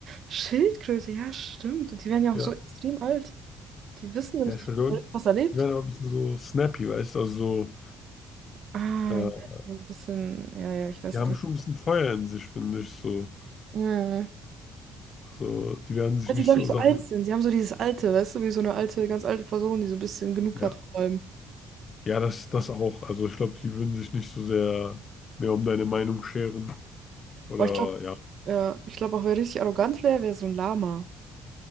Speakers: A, on the right; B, on the left.
A: Schildkröte, ja, stimmt. Die werden ja
B: Ja.
A: auch so extrem alt. Die wissen richtig,
B: Ja, ich glaube,
A: was er lebt.
B: die wären aber ein bisschen so snappy, weißt du? Also
A: Ah,
B: so,
A: ja,
B: äh,
A: so ein bisschen, ja, ja, ich weiß.
B: die haben schon ein bisschen Feuer in sich, finde ich. So.
A: Mhm.
B: Also, die werden sich
A: Weil
B: nicht
A: sie, glaube
B: so
A: ich, so
B: Sachen.
A: alt sind. Sie haben so dieses Alte, weißt du, wie so eine alte, ganz alte Person, die so ein bisschen genug
B: Ja.
A: hat vor allem.
B: Ja, das, das auch. Also ich glaube, die würden sich nicht so sehr mehr um deine Meinung scheren. Oder
A: Aber ich glaube,
B: ja.
A: ja, ich glaube auch, wer richtig arrogant wäre, wäre so ein Lama.